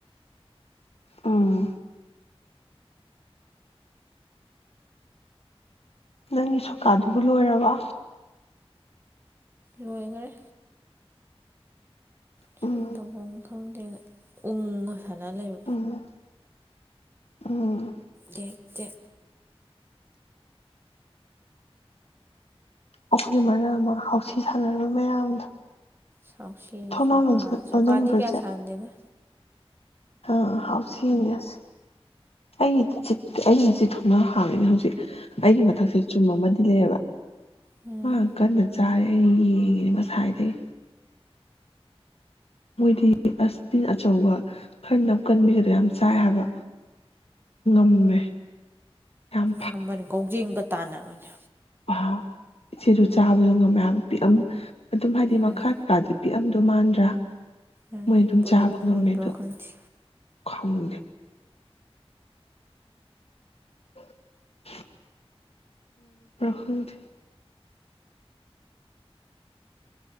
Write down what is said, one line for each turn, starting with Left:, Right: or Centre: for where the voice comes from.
Left: ꯑꯥ ꯅꯪꯒꯤ ꯁꯧꯀꯥꯗꯨꯕꯨ ꯂꯣꯏꯔꯕ
Right: ꯂꯣꯏꯈꯔꯦ ꯆꯨꯔꯗ
Left: ꯎꯝ
Right: ꯨꯝꯒꯥ ꯎ ꯊ ꯂꯩ
Left: ꯎꯝ ꯎꯝ
Right: ꯌꯦ ꯆ
Left: ꯑꯩꯈꯣꯏ ꯑꯃ ꯑꯃ ꯍꯥꯎꯁꯤ ꯁꯥꯟꯅꯔꯕ ꯃꯌꯥꯝꯗꯣ
Right: ꯁꯥꯎꯁꯤ
Left: ꯊꯣꯡꯅꯥꯎ
Right: ꯁꯧꯥ
Left: ꯂꯣꯟꯁꯤꯟꯕ꯭ꯔꯣ
Right: ꯁꯧꯀꯥꯗꯤ ꯀꯌꯥ
Left: ꯏꯆꯦ
Right: ꯁꯥꯟꯗꯅ
Left: <unintelligible> ꯑꯩꯒꯤ <unintelligible> ꯆꯤꯊꯣꯡꯅꯥꯎ ꯍꯥꯡꯉꯤꯅꯤ ꯍꯧꯖꯤꯛ ꯑꯩꯒꯤ ꯃꯊꯛꯁꯦ ꯆꯨꯝ ꯑꯃꯗꯤ ꯂꯩꯌꯦꯕ
Right: ꯎꯝ
Left: ꯑ ꯀꯟꯅ ꯆꯥꯔꯦ ꯑꯩꯅ ꯌꯦꯡꯉꯤꯅꯦ ꯉꯁꯥꯏꯗꯩ ꯃꯣꯏꯗꯤ ꯑꯁꯕꯤꯟ ꯑꯆꯧꯕ ꯈꯔ ꯅꯞ ꯀꯟꯕꯤꯒꯗꯣ ꯌꯥꯝ ꯆꯥꯏ ꯍꯥꯏꯕ ꯉꯝꯃꯦ ꯌꯥꯝ
Right: ꯉꯝꯕꯅꯦ ꯀꯥꯎꯖꯦꯡꯒ ꯇꯥꯟꯅꯕꯅꯦ
Left: ꯑ ꯏꯆꯦꯁꯨ ꯆꯥꯕꯗꯣ ꯉꯝꯃꯦ ꯍꯥꯏꯕ ꯄꯤꯛꯑꯝ ꯑꯗꯨꯝ ꯍꯥꯏꯗꯤ ꯃꯈꯥ
Right: ꯎꯝ
Left: ꯀꯩꯀꯥꯥ ꯄꯤꯛꯑꯝꯗꯣ ꯃꯥꯟꯗ꯭ꯔꯥ
Right: ꯎꯝ
Left: ꯃꯣꯏ ꯑꯗꯨꯝ
Right: ꯄꯨꯂꯞ
Left: ꯆꯥꯕ
Right: ꯌꯣꯠꯄ꯭ꯔꯥ
Left: ꯉꯝꯃꯦꯗꯣ
Right: ꯈꯪꯗꯦ
Left: ꯈꯪꯗꯦ <unintelligible> ꯈꯪꯗꯦ